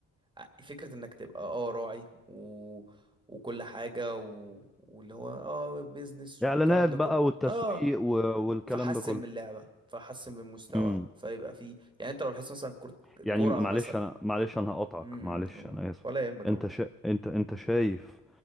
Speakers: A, on the right; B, in the centre.
A: ع- فكره انك تبقى اه راعي و... وكل حاجه و... واللي هو اه بيزنس
B: اعلانات
A: والكلام ده
B: بقى
A: كله
B: والتسويق
A: اه
B: و- والكلام
A: فحسن
B: ده
A: من اللعبه فحسن من مستواه
B: كله
A: فيبقى فيه يعني انت لو لاحظت مثلا كرة
B: يعني
A: كرة
B: معلش
A: مثلا
B: انا معلش انا هقطعك
A: امم
B: معلش انا اسف
A: ولا يهمك
B: انت
A: اهو
B: شا... انت انت شايف